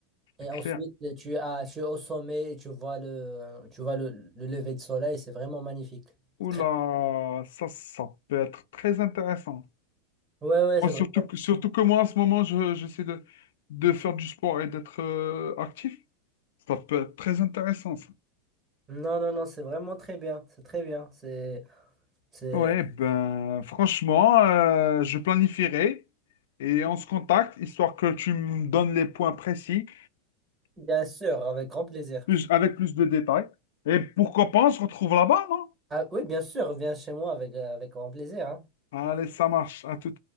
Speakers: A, on the right; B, on the left.
A: Et
B: c'est clair.
A: ensuite, tu, as, tu es au sommet et tu vois le, euh, tu vois le, le lever de soleil. C'est vraiment magnifique.
B: Oula,
A: Très-
B: ça, ça peut être très intéressant.
A: Ouais, ouais, c'est
B: Moi,
A: vrai.
B: surtout, que- surtout que moi, en ce moment, je- j'essaie de, de faire du sport et d'être euh, actif. Ça peut être très intéressant, ça.
A: Non, non, non, c'est vraiment très bien. C'est très bien. C'est, c'est...
B: Ouais, ben, franchement, euh, je planifierai et on se contacte, histoire que tu me donnes les points précis,
A: Bien sûr, avec grand plaisir.
B: plus, avec plus de détails. Et pourquoi pas, on se retrouve là-bas, non?
A: Ah oui, bien sûr, viens chez moi avec, euh, avec grand plaisir, hein.
B: Allez, ça marche, à tout.